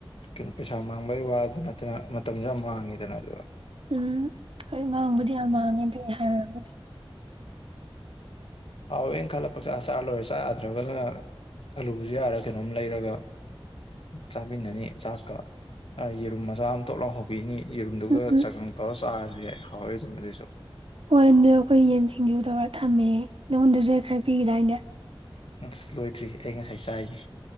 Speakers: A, on the left; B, on the right.
A: ꯀꯩꯅꯣ ꯄꯩꯁꯥ ꯃꯥꯡꯕꯒꯤ ꯋꯥꯗ ꯅꯠꯇꯅ ꯃꯇꯝꯁꯨ ꯌꯥꯝ ꯃꯥꯡꯉꯤꯗꯅ ꯑꯗꯨꯒ
B: ꯎꯝ ꯍꯣꯏ ꯃꯥꯡꯕꯨꯗꯤ ꯌꯥꯝ ꯃꯥꯡꯉꯦꯕꯨꯗꯤ
A: ꯍꯥꯎ ꯏ ꯈꯂ ꯄ ꯆꯂꯁꯥꯏ꯭ꯔꯒ ꯑꯂꯨꯕꯨꯁꯨ ꯌꯥꯔ ꯀꯩꯅꯣꯝ ꯂꯩꯔꯒ ꯆꯥꯃꯤꯟꯅꯅꯤ ꯆꯥꯛꯀ ꯌꯦꯔꯨꯝ ꯃꯆꯥ ꯑꯃꯇꯣꯞ ꯂꯥꯎꯍꯧꯕꯤꯅꯤ ꯌꯦꯔꯨꯝꯗꯨꯒ
B: ꯎꯝ ꯎꯝ
A: ꯆꯥꯛꯀꯪ ꯇꯧꯔ ꯆꯥꯔꯁꯨ ꯌꯥ ꯍꯥꯎꯋꯦ ꯑꯗꯨꯗꯨꯁꯨ <unintelligible>
B: ꯍꯣꯏ ꯑꯗꯨꯗ ꯑꯩꯈꯣꯏ ꯌꯦꯟ ꯁꯤꯡꯖꯨ ꯇꯧꯔꯒ ꯊꯝꯃꯦ ꯅꯉꯣꯟꯗꯁꯨ ꯈꯔ ꯄꯤꯒꯗꯥꯏꯗ
A: ꯑꯁ ꯂꯣꯏꯗ꯭ꯔꯤ ꯑꯩ ꯉꯁꯥꯏ ꯆꯥꯏꯔꯤꯅꯤ